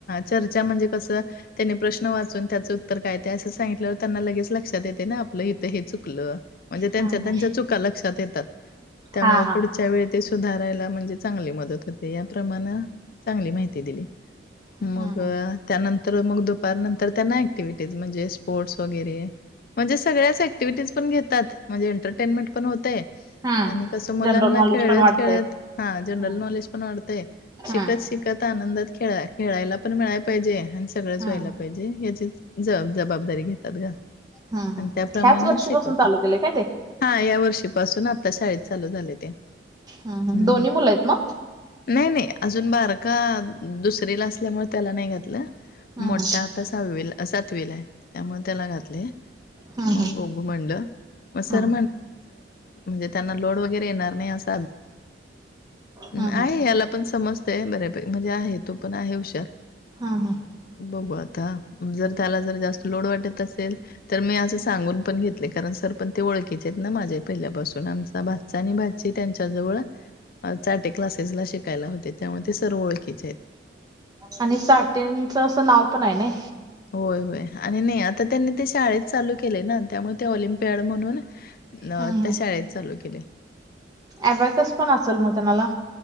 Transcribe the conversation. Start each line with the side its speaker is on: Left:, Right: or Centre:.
Left: चर्चा म्हणजे कस त्याने प्रश्न वाचून त्याच तर काय तेय असं सांगितल्यावर त्यांना लगेच लक्षात येते ना आपलं इथं हे चुकलं म्हणजे त्यांच्या
Right: हम्म हम्म
Left: त्यां च लक्षात यात त्यामुळे
Right: हा हा
Left: च्या वेळी ते सुधारायला म्हणजे चांगली मदत होते याप्रमाणे चांगली माहिती दिली.
Right: हम्म
Left: मग
Right: हम्म.
Left: त्यानंतर मग दुपार नंतर त्यांना. क्टिव्हिटीज म्हणजे स्पोर्ट्स वगैरे म्हणजे सगळ्याच ऍक्टिव्हटीज पण घेतात. म्हणजे एंटरटेनमेंट पण होते.
Right: हम्म
Left: आणि कसं मुलांना
Right: जनरल नॉलेज
Left: खेळत
Right: पण वाढतंय
Left: खेळत हा जनरल
Right: हम्म.
Left: नॉलेज पण वाढतंय
Right: हम्म
Left: शिकत शिक आनंदात खेळा खेळायला पण मिळायला पाहिजे आणि सगळंच
Right: हम्म
Left: व्हायला पाहिजे हचे ज जबाबदारी घेतात ग
Right: हम्म
Left: आणि
Right: हम्म
Left: त्याप्रमाणेच
Right: ह्याच वर्षीपासून
Left: शिकवतात.
Right: चालू केलंय काय ते
Left: हा या वर्षीपासून आता शाळेत चालू झाले ते.
Right: ह
Left: हम्म.
Right: दोन्ही मुलं आहेत म
Left: नाही नाही अजून बारका दुसरीला असल्यामुळे त्याला नाही घातलं.
Right: हम्म
Left: मोठा आता स सातवीला आहे त्यामुळे त्याला घातले
Right: हम्म
Left: मग ब
Right: हम्म
Left: र
Right: हम्म
Left: म्ह त्यांना लोडरणार अस म्ह
Right: हम्म हम्म
Left: या पण सम ते बर म्हणजे आहे तो पण आहे हुशार
Right: हा हा.
Left: बघू आता जर त्याला जर जास्त लोड वाटत असेल तर मी असं सांगून पण घेतले. कारण सर पण ते ओळखीचे आहेत ना माझे पहिल्यापासून आमचा भात च आणी भाजी त्यांच्याजवळ. अ चाटे क्लासेस ला शिकायला होते. त्यामुळे ते सर ओळखीचे येत.
Right: आणि चाटेंचं असं नाव पण हाय नय
Left: होय होय. आणि नय आता त्यांनी ते शाळेत चालू केलय ना त्यामुळे ते ऑलिम्पियड म्हणून नाव
Right: हम्म
Left: त्या
Right: हम्म
Left: शाळेत चालू केले.
Right: अबॅकस पण असल म त्यामला